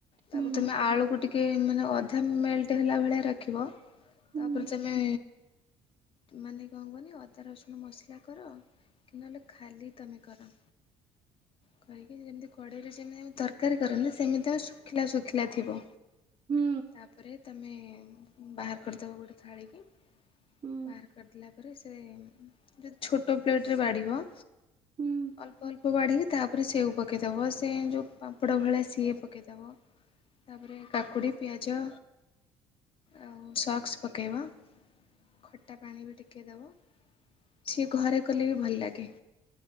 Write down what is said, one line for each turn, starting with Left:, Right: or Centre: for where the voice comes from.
Left: ତାକୁ
Right: ହୁଁ
Left: ତମେ ଆଳୁକୁ ଟିକେ ମାନେ ଅଧା ମେଲ୍ଟ ହେଲା ଭଳିଆ ରଖିବ।
Right: ହୁଁ
Left: ତାପରେ ତମେ ମାନେ କଣ କହନି ଅଦା ରସୁଣ ମସଲା କର। କି ନହେଲେ ଖାଲି ତମେ କର। କରିକି ଯେମିତି କଡ଼େଇରେ ଯେମିତିତି ତରକାରୀ କରନ୍ତି ସେମିତି। ଶୁଖିଲା ଶୁଖିଲା ଥିବ
Right: ହୁଁ
Left: ତାପରେ ତମେ ବାହାର କରିଦେବ ଗୋଟେ ଥାଳିକି
Right: ହୁଁ
Left: ବାହାର କରିଦେଲା। ତା ସେ ଯଦି ଛୋଟ ପ୍ଳେଟରେ ବାଢିବ।
Right: ହୁଁ
Left: ଅଳ୍ପ ଅଳ୍ପ ବାଢିକି ତାପରେ ସେଉ ପକାଇଦେବ ସେ ଯେଉଁ ପାମ୍ପଡ଼ ଭଳି ସିଏ ପକାଇଦେବ। ତାପରେ କାକୁଡ଼ି ପିଆଜ। ଆଉ ସକ୍ସ ପକେଇବା ଖଟା ପାଣି ବି ଟିକଏ ଦେବା। ସିଏ ଘରେ କଲେ ବି ଭଲ ଲାଗେ।